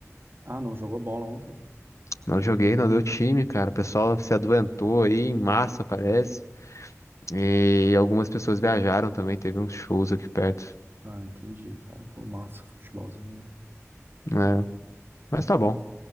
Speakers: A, on the right (about 45°); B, on the left (about 70°).
A: Ah, não jogou bola ontem?
B: Não joguei, não deu time, cara. O pessoal se adoentou aí em massa, parece. E algumas pessoas viajaram também. Teve uns shows aqui perto,
A: Ah, entendi, cara. Pô, massa, futebolzinho.
B: né? Mas tá bom.